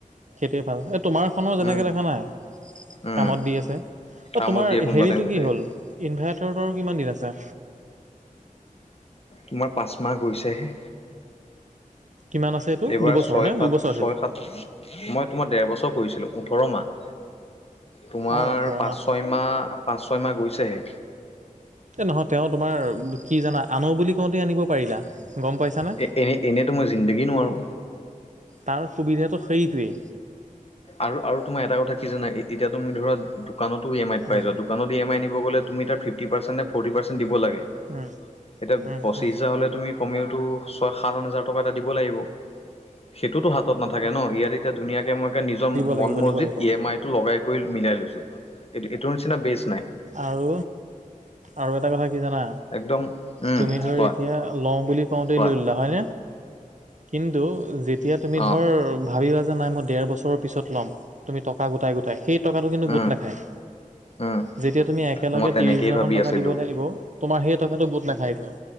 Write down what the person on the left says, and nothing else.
উম
উম
কামত
দিয়ে কোনোবা
টাইমতে
তোমাৰ পাঁচ মাহ গৈছেহে
এইবাৰ
ছয়
সাত
ছয়
সাত মই তোমাৰ ঢেৰ বছৰ কৰিছিলো ওঠৰ মাহ তোমাৰ
পাঁচ
ছয় মাহ পাঁচ ছয় মাহ গৈছেহে
এ এনেই এনেইতো মই জিন্দগী নোৱাৰো
আৰু আৰু তোমাৰ এটা কথা কি জানা এ এতিয়া তুমি ধৰা দোকানতো ই এম আইত পাই
যোৱা দোকানত ই এম আইত আনিব গ'লে তুমি তাৰ ফিফট পাৰ্চেণ্ট নে ফৰ্টি পাৰ্চেণ্ট দিব লাগে
এতিয়া
পঁচিশ
হাজাৰ হলে তুমি কমেওতো ছয় সাত হাজাৰ টকা এটা দিব লাগিব সেইটোতো হাতত নাথাকে ন ইয়াত এতিয়া ধুনীয়াকে মই নিজৰ
মন
মজিত
ই এম আই টো লগাই কৰি মিলাই লৈছো এইটো এইটোৰ নিচিনা বেচ নাই
একদম উম
কোৱা
কোৱা
অ',
উম,
উম,
মই তেনেকেই
ভাবি
আছিলোঁ।